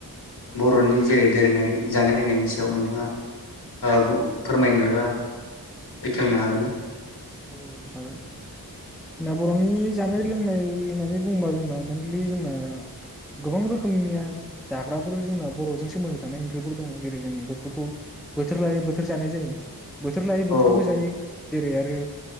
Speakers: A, on the left; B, in the centre.
A: बर'नि जेरै दोरोङारि जानाय लोंनायनि सायाव नोंथाङा ओ <unintelligible> फोरमायनोबा बेखेवनो हागोन ना?
B: औ हागोन, जोंना बर'नि जानाय लोंनाय होननानै बुङोबा जोंना मेइेनलि जोंना, गोबां रोखोमनिया जाग्राफोर जोंना बर'जों सोमोन्दो थानाय ओंख्रिफोर दङ जेरै जों बेफोरखौ बोथोर लायो बोथोर जानाय जायो। बोथोर लायै
A: औ
B: बोथोरबो जायो। जेरै आरो